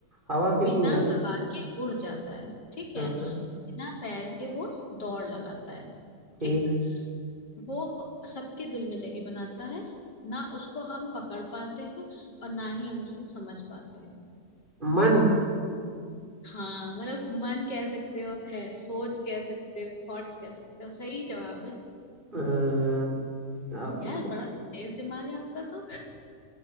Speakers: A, on the right; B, on the left.
A: हवा के
B: बिना
A: उड़ जाता
B: हवा के उड़ जाता है ठीक है
A: है। हाँ
B: बिना पैर के वो दौड़ लगाता है
A: ठीक
B: ठीक वो सबके दिल में जगह बनाता है ना उसको हम पकड़ पाते हैं और ना ही हम उसको समझ पाते हैं
A: मन
B: हाँ मतलब मन कह सकते हो खै, सोच कह सकते हो थॉट्स कह सकते हो सही जवाब है
A: हाँ, अब
B: यार
A: मेरे को
B: बड़ा तेज दिमाग है आपका तो